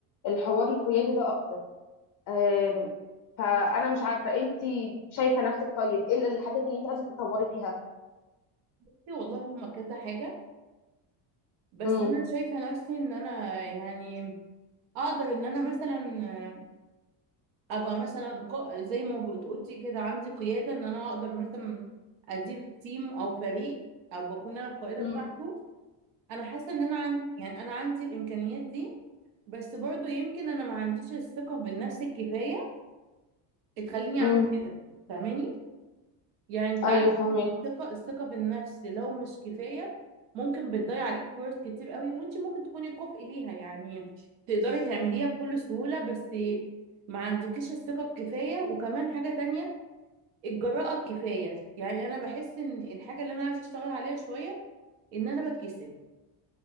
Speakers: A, on the left; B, on the right.
A: الحوار القيادي ده اكتر آم، فانا مش عارفة انت شايفة نفسك طيب ايه الحاجات اللي انت عايزة تتطوري فيها
B: بصي والله هما كذا حاجه بس
A: امم
B: انا شايفه نفسي ان انا يعني اقدر ان انا مثلا ابقى مثلا قا- زي ما بتقولي كده عندي قياده ان انا اقدر مثلا ادير تيم او فريق ابقى اكون انا القائده
A: امم
B: بتاعته انا حاسه ان انا عندي يعني انا عندي الامكانيات دي بس برضو يمكن انا ما عنديش الثقه بالنفس الكفايه تخليني اعمل
A: امم
B: كده فاهماني يعني انت
A: ايوه
B: عارف
A: فهمت
B: الثقه الثقه بالنفس لو مش كفايه ممكن بتضيع عليكي فرص كتير قوي وانت ممكن تكوني كفء ليها يعني تقدري تعمليها بكل سهوله بس ما عندكيش الثقه الكفايه وكمان حاجه تانية الجراءه الكفايه يعني انا بحس ان الحاجه اللي انا عايزه اشتغل عليها شويه ان انا بتكسف